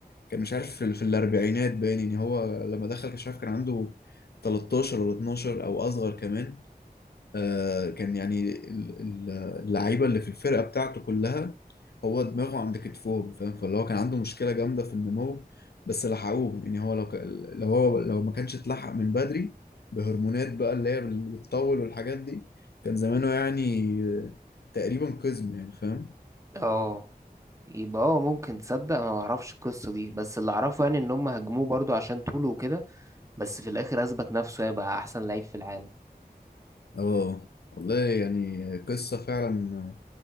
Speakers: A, on the left (about 80°); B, on the right (about 20°).
A: كان مش عارف في في الأربعينات باين يعني هو لما دخل كان مش عارف كان عنده 13 ولا 12 أو أصغر كمان آه كان يعني ال- ال- اللعيبة اللي في الفرقة بتاعته كلها هو دماغه عند كتفه فاهم فاللي هو كان عنده مشكلة جامدة في النمو بس لحقوه يعني هو لو ك... لو هو لو ما كانش اتلحق من بدري بهرمونات بقى اللي هي بال- بتطول والحاجات دي كان زمانه يعني آه، تقريبا قزم يعني فاهم
B: اه يبقى اه ممكن تصدق انا ما اعرفش القصة دي بس اللي اعرفه يعني ان هم هجموه برضو عشان طوله وكده بس في الاخر اثبت نفسه هيبقى احسن لعيب في العالم
A: اه والله يعني قصة فعلا